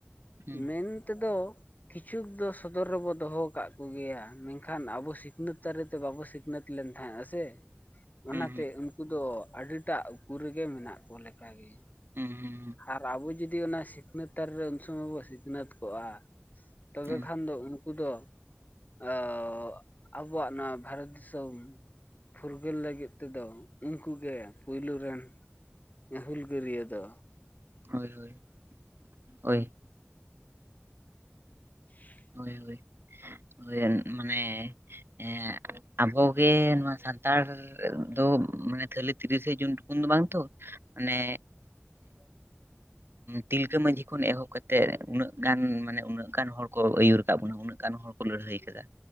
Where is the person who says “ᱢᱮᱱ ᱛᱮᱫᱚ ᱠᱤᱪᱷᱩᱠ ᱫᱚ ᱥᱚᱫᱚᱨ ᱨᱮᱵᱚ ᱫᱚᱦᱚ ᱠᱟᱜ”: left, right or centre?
Left